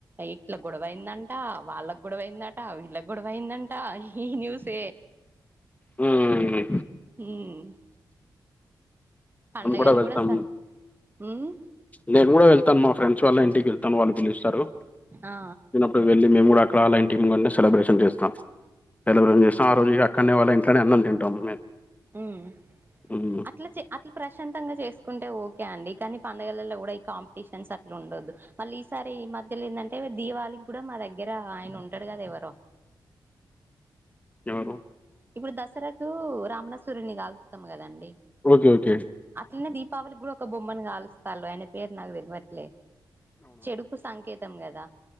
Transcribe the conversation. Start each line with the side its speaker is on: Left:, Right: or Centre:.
Right: ఇట్ల గొడవైందంట వాళ్ళకి గొడవైందట వీళ్ళకు గొడవైందంట ఈ న్యూసే
Left: మ్
Right: మ్ పండగలు
Left: మేము వెళ్తాం
Right: కూడా స మ్
Left: నేను కూడా వెళ్తాను మా ఫ్రెండ్స్ వాళ్ళ ఇంటికి వెళ్తాను వాళ్ళు పిలుస్తారు
Right: ఆ
Left: ఇ వెళ్ళ మేము కూడా అక్కడ అలాంటీమ్ సెలబ్రేషన్ చేస్తం సెల్రేషన్ చెస్ ఆ రోజుగా అక్కడనే వాళ్ళ ఇంట్లనే అన్నం తంటాము మేము
Right: మ్ ఆ
Left: ఉమ్,
Right: అట్లా చే అట్లా ప్రశాంతంగా చేసుకుంటే ఓకే అండి కానీ పండుగలళ్ళ కూడా ఈ కాంపిటీషన్స్ అట్లా ఉండదు మళ్ళీ ఈసారి ఈ మధ్యలో ఏందంటే దీవళికి కూడా మా దగ్గర ఆయన ఉంటాడు కదా ఎవరో
Left: ఎవరు
Right: ఇప్పుడు దసరాకు రామణ సురుని కాల్స్తం కదండి
Left: ఓకే ఓకే
Right: అట్లనే దీపావళి కూడా ఒక బొమ్మను కాలుస్తాళ్ళు అయన పేరు నాకు తెలువట్లే చెడు కు సంకేతం కదా